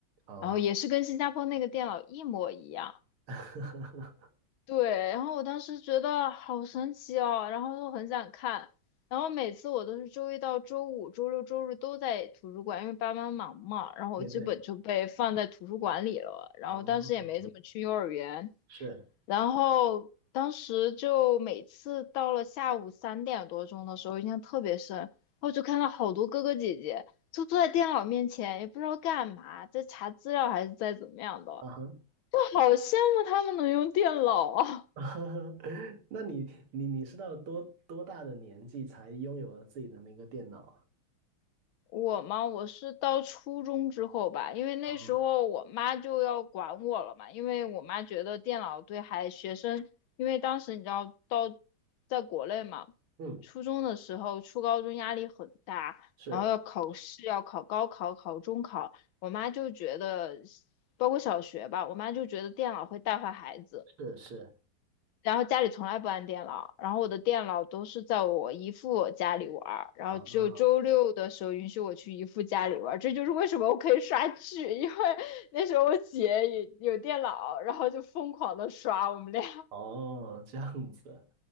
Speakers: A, on the right; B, on the left.
A: 好啊，
B: 然后也是跟新加坡那个电脑一模一样。
A: <laughs>
B: 对，然后我当时觉得好神奇哦，然后就很想看。然后每次我都是周一到周五、周六、周日都在图书馆，因为爸妈忙嘛，然后我基本就被放在图书馆里了。
A: 对对，
B: 然后当时也没怎么去幼儿园，
A: 哦，是，
B: 然后当时就每次到了下午三点多钟的时候，印象特别深，然后就看到好多哥哥姐姐就坐在电脑面前，也不知道干嘛，在查资料还是在怎么样的，
A: 啊哈，
B: 我好羡慕他们能用电脑啊！
A: <laughs> 那你你你是到多多大的年纪才拥有了自己的那个电脑啊？
B: 我嘛，我是到初中之后吧，因为那时候我妈就要管我了嘛，
A: 啊，
B: 因为我妈觉得电脑对孩学生，因为当时你知道到在国内嘛，
A: 嗯，
B: 初中的时候、初高中压力很大，
A: 是
B: 然后要考试、要考高考、考中考，我妈就觉得，包括小学吧，我妈就觉得电脑会带坏孩子。
A: 是是，
B: 然后家里从来不安电脑，然后我的电脑都是在我姨父家里玩儿，然后只有周六的时候允许我去姨父家里玩儿，
A: 哦
B: 这就是为什么我可以刷剧，因为 <laughs> 那时候我姐也有电脑，然后就疯狂的刷，我们俩
A: 哦，这样子，